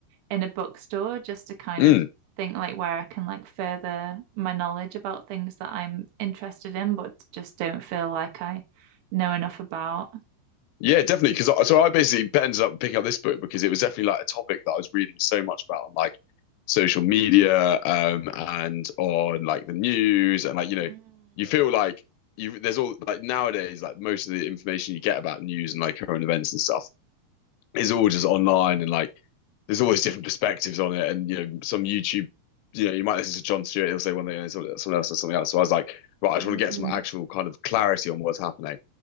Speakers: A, on the right (about 75°); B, on the left (about 80°).
A: in a bookstore just to kind
B: mm.
A: of think like where I can like further my knowledge about things that I'm interested in, but just don't feel like I know enough about.
B: Yeah, definitely. Because I, so I basically ended up picking up this book because it was definitely like a topic that I was reading so much about on like social media um, and on like the news and like you know
A: Mm,
B: you feel like you there's all like nowadays like most of the information you get about news and like current events and stuff It's all just online and like there's always different perspectives on it. And you know, some YouTube, you know, you might listen to John Stewart, he'll say one thing and someone someone else or something else. So I was like, right, I just
A: mm,
B: want to get some actual kind of clarity on what's happening.